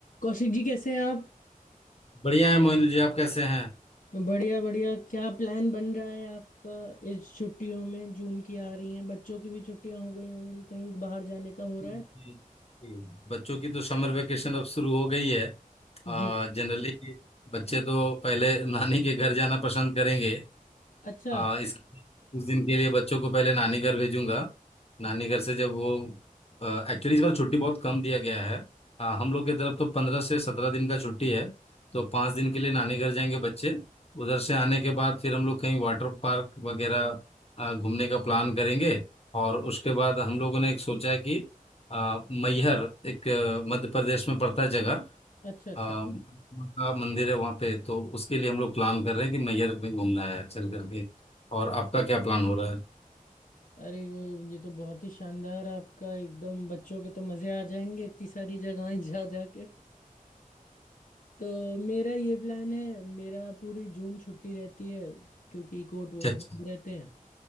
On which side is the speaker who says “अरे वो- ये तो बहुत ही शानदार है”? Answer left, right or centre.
Left